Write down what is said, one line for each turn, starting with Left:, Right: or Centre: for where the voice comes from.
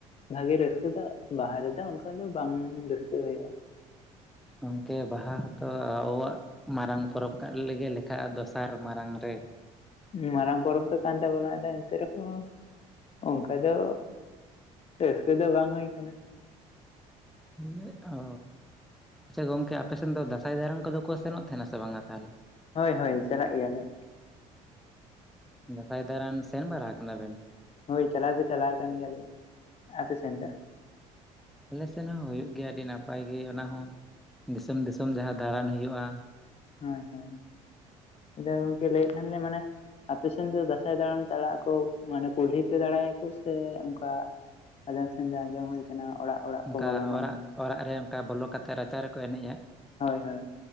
Left: ᱵᱷᱟᱜᱮ ᱨᱟᱹᱥᱠᱟᱹ ᱫᱚ ᱵᱟᱦᱟ ᱨᱮᱫᱚ ᱚᱱᱠᱟ ᱫᱚ ᱵᱟᱝ ᱨᱟᱹᱥᱠᱟᱹ ᱦᱳᱭᱳᱜᱼᱟ᱾
Centre: ᱜᱚᱢᱠᱮ ᱵᱟᱦᱟ ᱦᱚᱸᱛᱚ ᱟᱵᱚᱣᱟᱜ ᱢᱟᱨᱟᱝ ᱯᱚᱨᱚᱵᱽ ᱠᱟᱜ ᱞᱮᱜᱮ ᱞᱮᱠᱷᱟᱜᱼᱟ ᱫᱚᱥᱟᱨ ᱢᱟᱨᱟᱝ ᱨᱮ᱾
Left: ᱢᱟᱨᱟᱝ ᱯᱚᱨᱚᱵᱽ ᱫᱚ ᱠᱟᱱ ᱛᱟᱵᱚᱱᱟ ᱟᱫᱚ ᱮᱱᱛᱮ ᱨᱮᱦᱚᱸ ᱚᱱᱠᱟ ᱫᱚ ᱨᱟᱹᱥᱠᱟᱹ ᱫᱚ ᱵᱟᱝ ᱦᱳᱭ ᱠᱟᱱᱟ᱾
Centre: <unintelligible> ᱚ ᱟᱪᱪᱷᱟ ᱜᱚᱝᱠᱮ ᱟᱯᱮ ᱥᱮᱱ ᱫᱚ ᱫᱟᱸᱥᱟᱭ ᱫᱟᱬᱟᱱ ᱠᱚᱫᱚ ᱠᱚ ᱥᱮᱱᱚᱜ ᱛᱟᱦᱮᱸᱱᱟ ᱥᱮ ᱵᱟᱝᱟ ᱛᱟᱦᱚᱞᱮ?
Left: ᱦᱳᱭ ᱦᱳᱭ ᱪᱟᱞᱟᱜ ᱜᱮᱭᱟᱞᱮ᱾
Centre: ᱫᱟᱸᱥᱟᱭ ᱫᱟᱨᱟᱱ ᱥᱮᱱ ᱵᱟᱨᱟ ᱠᱟᱱᱟ ᱵᱮᱱ?
Left: ᱦᱳᱭ ᱪᱟᱞᱟᱣ ᱫᱚ ᱪᱟᱞᱟᱣ ᱟᱠᱟᱱ ᱜᱮᱭᱟ ᱞᱤᱧ ᱟᱯᱮ ᱥᱮᱱ ᱫᱚ?
Centre: ᱟᱞᱮ ᱥᱮᱱ ᱦᱚᱸ ᱦᱳᱭᱳᱜ ᱜᱮᱭᱟ ᱟᱹᱰᱤ ᱱᱟᱯᱟᱭ ᱜᱮ ᱚᱱᱟ ᱦᱚᱸ ᱫᱤᱥᱚᱢ ᱫᱤᱥᱚᱢ ᱡᱟᱦᱟᱸ ᱫᱟᱬᱟᱱ ᱦᱳᱭᱳᱜᱼᱟ᱾
Left: ᱦᱳᱭ ᱦᱳᱭ ᱟᱫᱚ ᱜᱚᱝᱠᱮ ᱞᱟᱹᱭᱮᱫ ᱛᱟᱦᱮᱸ ᱟᱞᱤᱧ ᱢᱟᱱᱮ ᱟᱯᱮ ᱥᱮᱱ ᱫᱚ ᱫᱟᱸᱥᱟᱭ ᱫᱟᱬᱟᱱ ᱪᱟᱞᱟᱜ ᱟᱠᱚ ᱢᱟᱱᱮ ᱠᱩᱞᱦᱤ ᱯᱮ ᱫᱟᱬᱟᱭᱟᱠᱚ ᱥᱮ ᱚᱝᱠᱟ ᱟᱸᱫᱚᱢ ᱥᱮᱱ ᱟᱸᱡᱚᱢ ᱦᱳᱭ ᱚᱲᱟᱜ ᱚᱲᱟᱜ
Centre: ᱚᱱᱠᱟ
Left: ᱠᱚ ᱵᱚᱞᱚᱱᱟ
Centre: ᱚᱲᱟᱜ
Left: ᱢᱮᱱᱛᱮ
Centre: ᱚᱲᱟᱜ ᱨᱮ ᱚᱱᱠᱟ ᱵᱚᱞᱚ ᱠᱟᱛᱮᱜ ᱨᱟᱪᱟ ᱨᱮᱠᱚ ᱮᱱᱮᱡᱼᱟ᱾
Left: ᱦᱳᱭ ᱦᱳᱭ